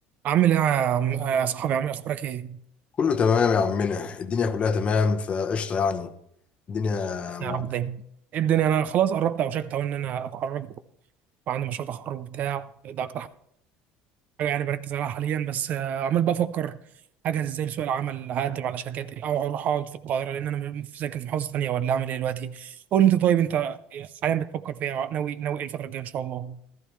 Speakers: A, on the right; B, on the left.
A: عامل ايه يا عم يا صاحبي عامل إيه؟ اخبارك ايه
B: كله تمام يا عمنا الدنيا كلها تمام فقشطة يعني الدنيا مع...
A: يا رب دايما ايه الدنيا انا خلاص قربت اوشكت اهو ان انا اتخرج وعندي مشروع تخرج وبتاع ده اكتر حاجه يعني بركز عليها حاليا بس آه، عمال بفكر اجهز ازاي لسوق العمل هقدم على شركات ايه او اروح اقعد في القاهره لان انا م- ساكن في محافظه ثانيه ولا اعمل ايه دلوقتي قول لي انت طيب انت حاليا بتفكر في ايه اه، ناوي ناوي ايه الفتره الجايه ان شاء الله